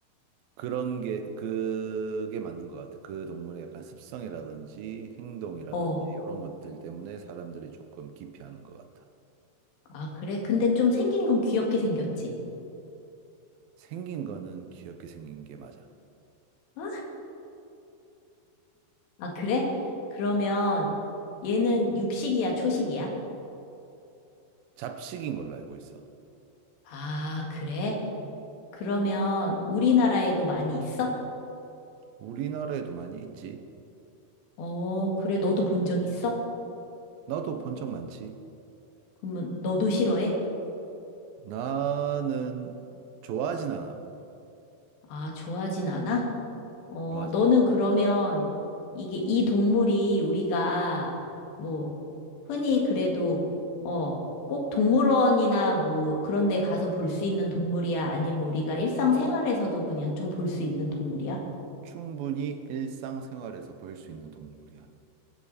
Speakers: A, on the right; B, on the left.
A: 그런 게, 그게 맞는 것 같아. 그 동물의 약간 습성이라든지 행동이라든지
B: 어,
A: 이런 것들 때문에 사람들이 조금 기피하는 것 같아.
B: 아, 그래? 근데 좀 생긴 건 귀엽게 생겼지.
A: 생긴 거는 귀엽게 생긴 게 맞아.
B: 어? 아, 그래? 그러면 얘는 육식이야, 초식이야?
A: 잡식인 걸로 알고 있어.
B: 아, 그래? 그러면 우리나라에도 많이 있어?
A: 우리나라에도 많이 있지.
B: 어, 그래. 너도 본 적 있어?
A: 나도 본 적 많지.
B: 그러면 너도 싫어해?
A: 나는 좋아하진 않아.
B: 아, 좋아하진 않아? 어,
A: 좋아하진
B: 너는
A: 않아.
B: 그러면 이게 이 동물이 우리가 뭐 흔히 그래도 어, 꼭 동물원이나 뭐 그런 데 가서 볼 수 있는 동물이야? 아니면 우리가 일상생활에서도 그냥 좀 볼 수 있는 동물이야?
A: 충분히 일상생활에서 볼 수 있는 동물이야.